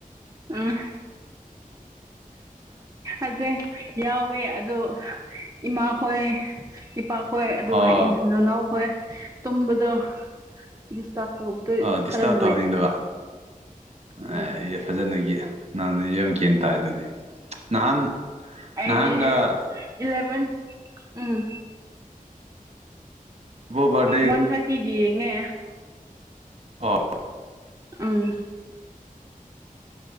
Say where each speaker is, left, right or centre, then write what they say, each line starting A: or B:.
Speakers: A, on the right (about 25°); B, on the right (about 45°).
A: ꯎꯝ ꯑꯗꯦ ꯌꯥꯎꯋꯦ ꯑꯗꯣ ꯏꯃꯥꯈꯣꯏ ꯢꯄꯥꯈꯣꯏ
B: ꯑꯣ
A: ꯑꯗꯨꯒ ꯏ ꯅꯅꯥꯎꯈꯣꯏ ꯇꯨꯝꯕꯗꯣ ꯗꯤꯁꯇꯥꯞ ꯇꯧꯕꯗꯣ
B: ꯑꯣ ꯗꯤꯁꯇꯔꯕ
A: ꯈꯔ ꯅꯨꯡꯉꯥꯏꯇꯦꯅ
B: ꯇꯧꯍꯟꯅꯤꯡꯗꯕ ꯑꯦ
A: ꯎꯝ
B: ꯐꯖꯅꯒꯤ ꯅꯪꯗꯤ ꯌꯥꯝ ꯒ꯭ꯌꯥꯟ ꯇꯥꯏꯗꯨꯗꯤ ꯅꯍꯥꯟ
A: ꯑꯩꯗꯤ
B: ꯅꯍꯥꯟꯅ
A: ꯏꯂꯚꯦꯟ ꯎꯝ
B: ꯀꯕꯣ ꯕꯥꯔꯗꯦ
A: ꯋꯥꯟ ꯊꯥꯔꯇꯤꯒꯤ ꯌꯦꯡꯉꯦ
B: ꯑꯣ
A: ꯑꯪ